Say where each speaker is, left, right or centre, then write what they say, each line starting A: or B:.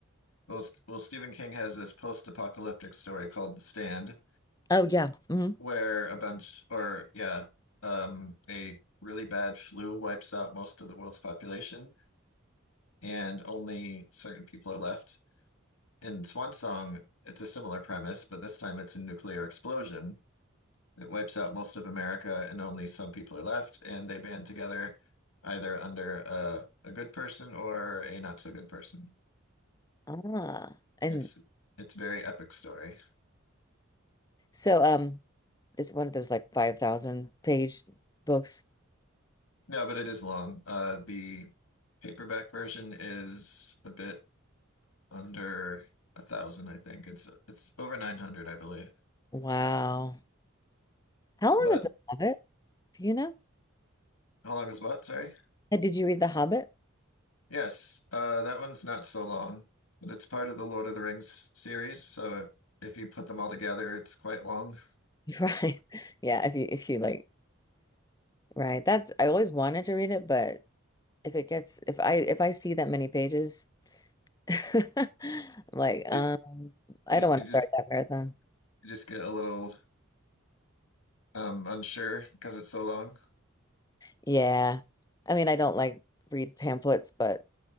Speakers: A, on the left; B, on the left.
A: Well, st well, Stephen King has this post-apocalyptic story called The Stand,
B: Oh yeah. hmm
A: where a bunch, or yeah, um, a really bad flu wipes out most of the world's population, and only certain people are left. In Swan Song, it's a similar premise, but this time it's a nuclear explosion It wipes out most of America and only some people are left, and they band together either under a, a good person or a not so good person.
B: Ah, and
A: It's it's very epic story.
B: so um, it's one of those like 5,000 page books.
A: No, but it is long. Uh, the paperback version is a bit under a thousand, I think. It's it's over 900, I believe.
B: Wow. How long
A: But
B: is The Hobbit? Do you know?
A: how long is what? Sorry.
B: Uh, Did you read The Hobbit?
A: Yes, uh, that one's not so long, but it's part of the Lord of the Rings series, so if you put them all together, it's quite long.
B: <laughs> Right. Yeah, if you if you like right. That's I always wanted to read it, but if it gets if I if I see that many pages <laughs> I'm like um
A: It
B: I
A: it
B: don't want
A: you
B: to
A: just
B: start that marathon.
A: you just get a little um unsure because it's so long.
B: Yeah. I mean, I don't like read pamphlets, but